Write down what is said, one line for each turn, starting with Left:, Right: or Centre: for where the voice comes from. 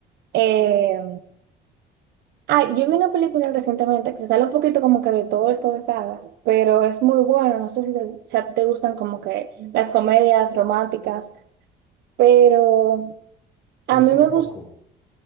Right: Eh, ah, yo vi una película recientemente que se sale un poquito como que de todo esto de sagas, pero es muy bueno. No sé si, te- si a ti te gustan como que las comedias románticas, pero
Left: He
Right: a
Left: visto
Right: mí
Left: muy
Right: me
Left: poco.
Right: gus-